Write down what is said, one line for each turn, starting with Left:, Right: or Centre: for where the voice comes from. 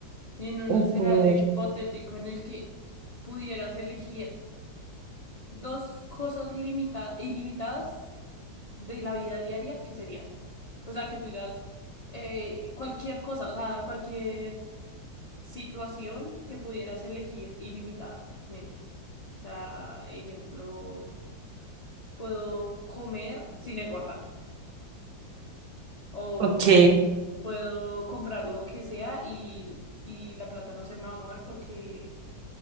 Left: y en un
Right: un
Left: escenario
Right: poder.
Left: hipotético en el que pudieras elegir dos cosas limita- ilimitadas de la vida diaria, ¿qué sería? O sea, que tú digas eh, cualquier cosa, o sea, cualquier situación que pudieras elegir ilimitadamente. O sea, ejemplo, puedo comer sin engordar o
Right: Ok,
Left: puedo comprar lo que sea y, y la plata no se me va a mover porque